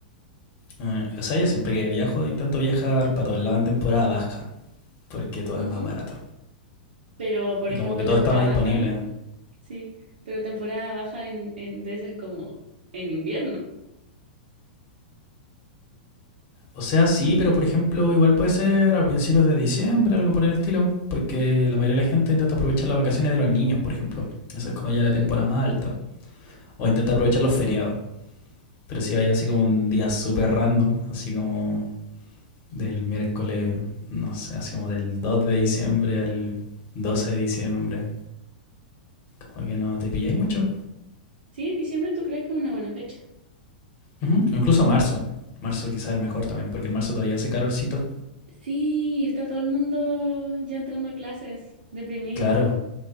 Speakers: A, on the left (about 40°); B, on the right (about 75°).
A: Eh, o sea, yo siempre que viajo intento viajar para todos lados en temporada baja, porque todo
B: Ujú.
A: es más barato.
B: Pero, por
A: Y
B: ejemplo,
A: como que
B: temporada
A: todo está más disponible.
B: baja. sí, pero temporada baja en, en, debe ser como en invierno.
A: O sea, sí, pero por ejemplo, igual puede ser a principios de diciembre, algo por el estilo, porque la mayoría de la gente intenta aprovechar las vacaciones de los niños, por ejemplo. Eso es como ya
B: Ujú.
A: la temporada más alta. O intenta aprovechar los feriados. Pero si vaya así como un día súper random, así como del miércoles, no sé, así como del 2 de diciembre al 12 de diciembre. Como que no te pilláis mucho.
B: Sí, diciembre, ¿tú crees que es una buena fecha?
A: Ujú, o Incluso marzo. Marzo quizás es mejor también, porque en marzo todavía hace calorcito.
B: Sí, está todo el mundo ya entrando a clases, deprimido,
A: Claro,